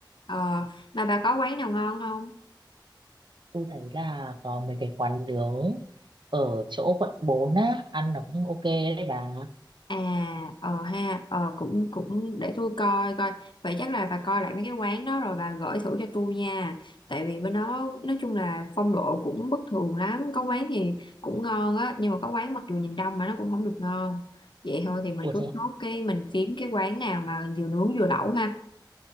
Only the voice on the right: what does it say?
tôi thấy là có mấy cái quán nướng ở chỗ quận 4 á ăn nó cũng ok đấy bà
ủa
thế
à?